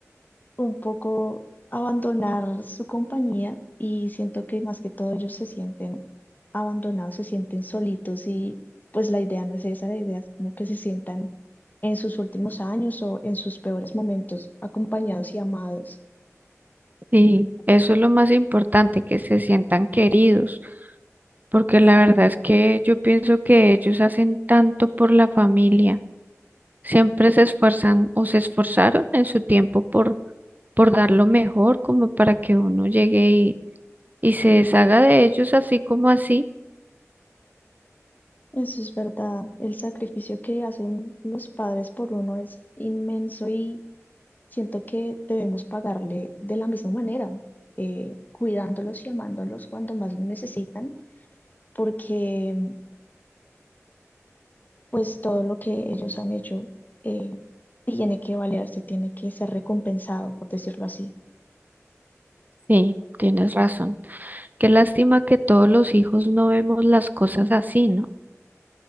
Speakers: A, on the left; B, on the right.
A: un poco abandonar su compañía y siento que más que todo ellos se sienten abandonados, se sienten solitos y pues la idea no es esa, la idea es como que se sientan en sus últimos años o en sus peores momentos acompañados y amados.
B: Sí, eso es lo más importante, que se sientan queridos, porque la verdad es que yo pienso que ellos hacen tanto por la familia, siempre se esfuerzan o se esforzaron en su tiempo por, por dar lo mejor, como para que uno llegue y, y se deshaga de ellos así como así.
A: Eso es verdad, el sacrificio que hacen los padres por uno es inmenso y siento que debemos pagarle de la misma manera, eh, cuidándolos y amándolos cuando más lo necesitan, porque pues todo lo que ellos han hecho eh, tiene que valerse, tiene que ser recompensado, por decirlo así.
B: Sí, tienes razón. Qué lástima que todos los hijos no vemos las cosas así, ¿no?